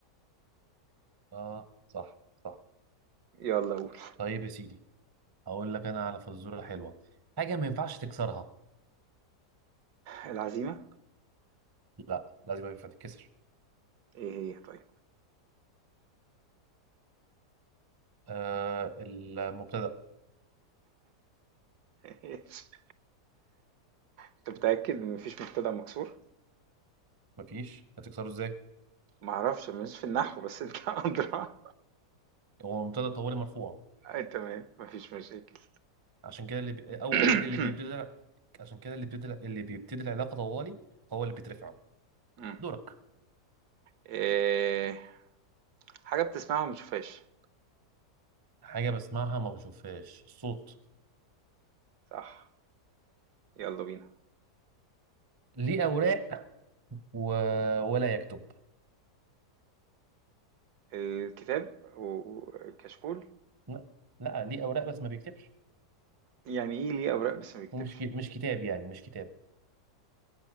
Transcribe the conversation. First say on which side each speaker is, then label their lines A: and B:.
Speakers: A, on the right; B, on the right.
A: اه صح صح
B: يلا قول
A: طيب يا سيدي هقول لك انا على فزوره حلوه حاجه ما ينفعش تكسرها
B: العزيمة
A: لا لازم ينفع تتكسر
B: إيه هي طيب
A: آه المبتدا
B: <laughs> إيش؟ أنت متأكد إن مفيش مبتدأ مكسور؟
A: مفيش هتكسره ازاي
B: معرفش مش في النحو بس أنت <laughs> أدرى
A: هو مبتدا طوالي مرفوع
B: أي تمام مفيش مشاكل
A: عشان كده اللي بي... اول
B: <clears throat>
A: اللي بيبتدي عشان كده اللي بيبتدي اللي بيبتدي العلاقه طوالي هو اللي بيترفع
B: <coughs> مم.
A: دورك
B: إيه حاجة بتسمعها وما بتشوفهاش
A: حاجه بسمعها ما بشوفهاش الصوت
B: صح يلا بينا
A: ليه اوراق و... ولا يكتب
B: الكتاب والكشكول
A: لا لا ليه اوراق بس ما بيكتبش
B: يعني إيه ليه أوراق بس ما بيكتبش
A: ومش ك... مش كتاب يعني مش كتاب